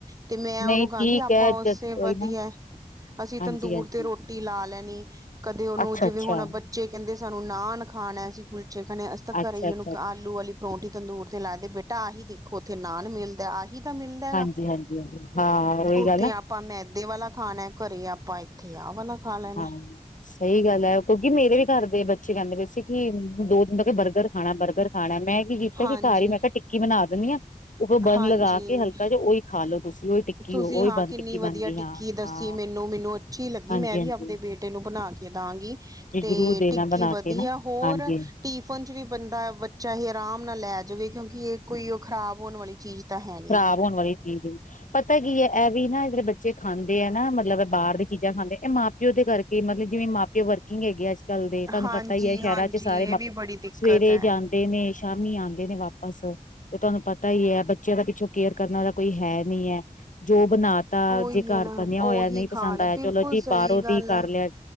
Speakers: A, on the right (about 25°); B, on the left (about 65°).
A: ਤੇ ਮੈਂ
B: ਨਹੀਂ
A: ਉਹਨੂੰ ਕਹਾਂਗੀ
B: ਠੀਕ
A: ਆਪਾਂ
B: ਹੈ ਜਦ
A: ਉਸੇ
B: ਕੋਈ
A: ਵਧੀਆ
B: ਨਾ
A: ਅਸੀਂ ਤੰਦੂਰ
B: ਹਾਂਜੀ-ਹਾਂਜੀ
A: ਤੇ ਰੋਟੀ ਰੋਟੀ ਲਾ ਲੈਣੀ, ਕਦੇ ਉਹਨੂੰ
B: ਅੱਛਾ-ਅੱਛਾ,
A: ਜਿਵੇਂ ਹੁਣ ਬੱਚੇ ਕਹਿੰਦੇ ਸਾਨੂੰ ਨਾਨ ਖਾਣਾ, ਅਸੀਂ ਕੁਲਚੇ ਖਾਣੇ ਤਾਂ
B: ਅੱਛਾ-ਅੱਛਾ
A: ਘਰੇ ਹੀ ਉਹਨੂੰ ਆਲੂ ਵਾਲੀ ਪਰੋਂਂਠੀ ਤੰਦੂਰ ਤੇ ਲੈ ਦੇ ਬੇਟਾ ਆਹੀ ਦੇਖੋ ਉੱਥੇ ਨਾਨ ਮਿਲਦਾ ਆਹੀ ਤਾਂ ਮਿਲਦਾ
B: ਹਾਂਜੀ-ਹਾਂਜੀ
A: ਗਾ
B: ਹਾਂ ਉਹੀ
A: ਉੱਥੇ
B: ਗੱਲ ਆ
A: ਆਪ ਆਪਾਂ ਮੈਦੇ ਵਾਲਾ ਖਾਣਾ, ਘਰੇ ਆਪਾਂ ਇੱਥੇ ਆ ਵਾਲਾ ਖਾ ਲੈਣਾ
B: ਹਾਂ, ਸਹੀ ਗੱਲ ਐ, ਕਿਉਂਕਿ ਮੇਰੇ ਵੀ ਘਰ ਦੇ ਬੱਚੇ ਕਹਿੰਦੇ ਪਏ ਸੀ ਕਿ ਦੋ ਕਹਿੰਦੇ ਬਰਗਰ ਖਾਣਾ ਬਰਗਰ ਖਾਣਾ, ਮੈਂ ਕੀ ਕੀਤਾ
A: ਹਾਂਜੀ
B: ਕਿ ਘਰ ਹੀ ਮੈਂ ਕਿਹਾ ਟਿੱਕੀ ਬਣਾ ਦਿੰਨੀ ਆ। ਉਪਰੋਂ ਬੰਨ
A: ਹਾਂਜੀ
B: ਲਗਾ ਕੇ ਹਲਕਾ ਜਾ ਉਹੀ ਖਾ ਲੋ ਤੁਸੀਂ ਓਹੀ ਟਿੱਕੀ
A: ਤੁਸੀਂ
B: ਹੋ ਓਹੀ
A: ਹਾਂ
B: ਬਣ
A: ਕਿੰਨੀ
B: ਟਿੱਕੀ
A: ਵਧੀਆ
B: ਬਣ ਗਈ,
A: ਟਿੱਕੀ
B: ਹਾਂ
A: ਦੱਸੀ
B: ਹਾਂ
A: ਮੈਨੂੰ ਮੈਨੂੰ ਅੱਛੀ ਲੱਗੀ
B: ਹਾਂਜੀ
A: ਮੈਂ ਵੀ
B: ਹਾਂਜੀ
A: ਆਪਦੇ ਬੇਟੇ ਨੂੰ ਬਣਾ ਕੇ ਦਾਂਗੀ ਤੇ
B: ਜ਼ਰੂਰ ਦੇਣਾ
A: ਟਿੱਕੀ
B: ਬਣਾ
A: ਵਧੀਆ
B: ਕੇ ਨਾ
A: ਹੋਰ
B: ਹਾਂਜੀ
A: ਟੀਫਨ ਚ ਵੀ ਬੰਦਾ ਬੱਚਾ ਇਹ ਆਰਾਮ ਨਾਲ ਲੈ ਜਾਵੇ, ਕਿਉਂਕਿ ਇਹ ਕੋਈ ਉਹ ਖਰਾਬ ਹੋਣ ਵਾਲੀ ਚੀਜ਼ ਤਾਂ ਹੈ ਨੀ
B: ਖ਼ਰਾਬ
A: ਗੀ
B: ਹੋਣ ਵਾਲੀ ਚੀਜ਼ ਹੈ, ਪਤਾ ਕੀ ਹੈ ਇਹ ਵੀ ਨਾ ਜਿਹੜੇ ਬੱਚੇ ਖਾਂਦੇ ਆ ਨਾ ਮਤਲਬ ਬਾਹਰ ਦੀ ਚੀਜ਼ਾਂ ਖਾਂਦੇ ਇਹ ਮਾਂ ਪਿਓ ਦੇ ਕਰਕੇ, ਮਤਲਬ ਜਿਵੇਂ ਮਾਂ ਪਿਓ ਵਰਕਿੰਗ ਹੈਗੇ ਆ ਤਲ ਦੇ, ਤੁਹਾਨੂੰ
A: ਹਾਂਜੀ
B: ਪਤਾ ਹੀ ਹੈ
A: ਹਾਂਜੀ
B: ਸ਼ਹਿਰਾਂ ਚ ਸਾਰੇ
A: ਇਹ
B: ਮਾਪ
A: ਵੀ ਬੜੀ ਦਿੱਕਤ
B: ਸਵੇਰੇ
A: ਹੈ
B: ਜਾਂਦੇ ਨੇ ਸ਼ਾਮੀ ਆਉਂਦੇ ਨੇ ਵਾਪ ਬਸ ਤੇ ਤੁਹਾਨੂੰ ਪਤਾ ਹੀ ਐ ਬੱਚਿਆਂ ਦਾ ਪਿੱਛੋਂ ਕੇਅਰ ਕਰਨਾ ਵਾਲਾ ਕੋਈ ਹੈ ਨਹੀਂ ਐ, ਜੋ ਬਣਾ ਤਾਂ
A: ਉਹੀ
B: ਜੇ
A: ਹੈ
B: ਘਰ
A: ਨਾ
B: ਬਣਿਆ
A: ਉਹੀ
B: ਹੋਇਆ ਨਹੀਂ ਪਸੰਦ
A: ਖਾ ਲੈ
B: ਆਇਆ,
A: ਬਿਲਕੁਲ
B: ਚਲੋ ਜੀ
A: ਸਹੀ
B: ਬਾਹਰੋਂ
A: ਗੱਲ
B: ਦੀ ਕਰ
A: ਹੈ
B: ਲੋ